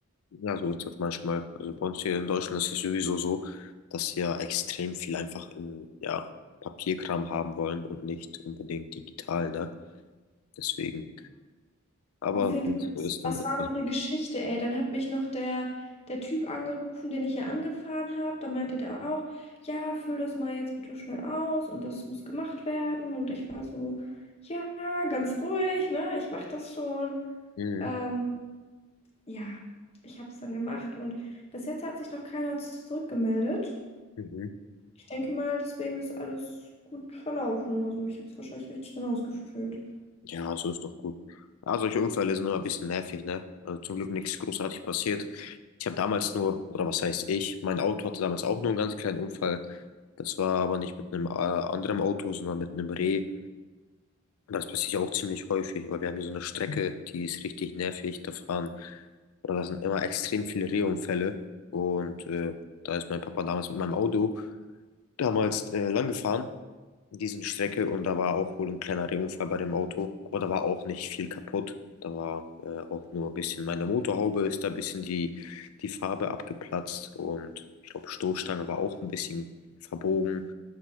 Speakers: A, on the left (about 80°); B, on the left (about 30°).
A: ja, so ist das manchmal. Also bei uns hier in Deutschland ist es sowieso so, dass sie ja extrem viel einfach im, ja, Papierkram haben wollen und nicht unbedingt digital, ne? Deswegen. Aber
B: Auf jeden
A: wenn
B: Fall,
A: es so
B: das
A: ist,
B: das
A: dann ist
B: war noch
A: das
B: eine
A: so.
B: Geschichte, ey. Dann hat mich noch der, der Typ angerufen, den ich ja angefahren habe. Da meinte der auch, ja, füll das mal jetzt bitte schnell aus und das muss gemacht werden. Und ich war so, ja, ganz ruhig, ne? Ich mach das schon.
A: Mhm.
B: Ähm, ja, ich habe es dann gemacht und bis jetzt hat sich noch keiner zurückgemeldet.
A: Mhm.
B: Ich denke mal, deswegen ist alles gut verlaufen. Also ich habe es wahrscheinlich richtig schnell ausgefüllt.
A: Ja, so ist doch gut. Ja, solche Unfälle sind nur ein bisschen nervig, ne? Also zum Glück nichts großartig passiert. Ich habe damals nur, oder was heißt ich, mein Auto hatte damals auch nur einen ganz kleinen Unfall. Das war aber nicht mit einem äh, anderen Auto, sondern mit einem Reh. Und das passiert ja auch ziemlich häufig, weil wir haben hier so eine Strecke, die ist richtig nervig. Da fahren, oder da sind immer extrem viele Rehunfälle. Und äh, da ist mein Papa damals mit meinem Auto damals äh, lang gefahren diesen Strecke und da war auch wohl ein kleiner Unfall bei dem Auto, aber da war auch nicht viel kaputt. Da war äh, auch nur ein bisschen meine Motorhaube ist da ein bisschen die, die Farbe abgeplatzt und ich glaube Stoßstange war auch ein bisschen verbogen,